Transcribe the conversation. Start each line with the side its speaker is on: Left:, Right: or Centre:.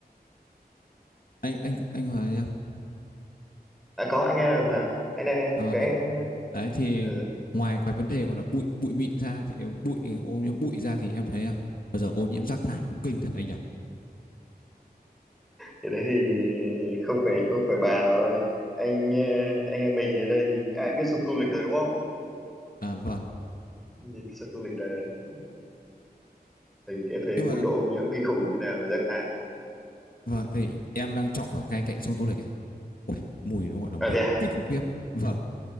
Left: anh anh anh hoài thấy không
Centre: À có anh nghe được mà anh đang nghe
Left: à, vâng,
Centre: cái
Left: đấy. đấy thì
Centre: ừ,
Left: ngoài cái vấn đề gọi là bụi bụi mịn ra thì bụi ô nhiễm bụi ra thì em thấy à, bây giờ ô nhiễm rác thải cũng kinh thật anh nhỉ
Centre: cái đấy thì không phải không phải bàn rồi anh ờ, anh em mình ở đây thì ai biết sông Tô Lịch rồi đúng không
Left: à vâng
Centre: nhìn sông Tô Lịch là cũng thấy cái thấy
Left: nhưng mà
Centre: mức độ ô nhiễm kinh khủng như nào về rác thải
Left: vâng thì em đang trọ ở ngay cạnh sông Tô Lịch ấy Ôi, mùi nó gọi là mùi
Centre: à thế à
Left: kinh khủng khiếp vâng